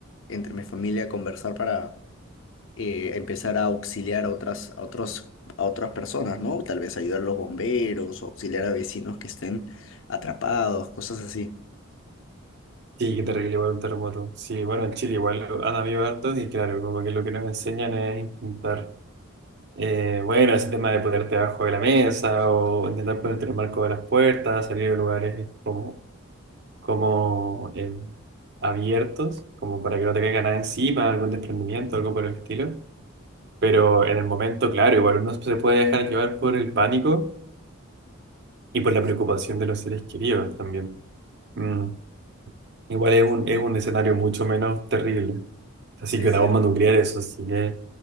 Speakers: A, on the left; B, on the right.
A: entre mi familia conversar para eh, empezar a auxiliar a otras, a otros, a otras personas, ¿no? Tal vez ayudar a los bomberos o auxiliar a vecinos que estén atrapados, cosas así.
B: Sí, qué terrible igual un terremoto. Sí, bueno, en Chile igual han habido hartos y claro, como que lo que nos enseñan es intentar, eh, bueno, ese tema de ponerte abajo de la mesa o intentar ponerte en el marco de las puertas, salir de lugares como, como eh, abiertos, como para que no te caiga nada encima, algún desprendimiento, algo por el estilo. Pero en el momento, claro, igual uno se puede dejar llevar por el pánico y por la preocupación de los seres queridos también. Mm. Igual es un,
A: Y
B: es un
A: es
B: escenario
A: cierto,
B: mucho menos terrible. Así
A: es
B: que una
A: cierto.
B: bomba nuclear, eso sí que es